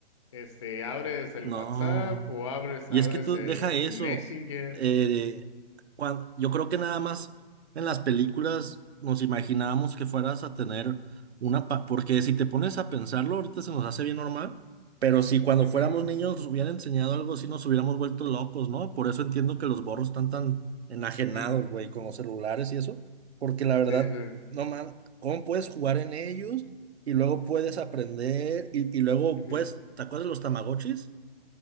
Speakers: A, on the left; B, on the right.
A: este, abres el
B: No.
A: WhatsApp o abres,
B: Y
A: abres
B: es que tú
A: el,
B: deja eso.
A: el Messenger.
B: eh, cuan- yo creo que nada más en las películas nos imaginábamos que fueras a tener una... pa- porque si te pones a pensarlo, ahorita se nos hace bien normal. Pero si cuando
A: Ujú,
B: fuéramos niños nos hubieran enseñado algo así, nos hubiéramos vuelto locos, ¿no? Por eso entiendo que los borros están tan enajenados,
A: ujú.
B: güey, con los celulares y eso. Porque la verdad,
A: Sí, sí.
B: no man, ¿cómo puedes jugar en ellos? Y luego puedes aprender y, y luego,
A: ujú,
B: pues, ¿te acuerdas de los Tamagotchis?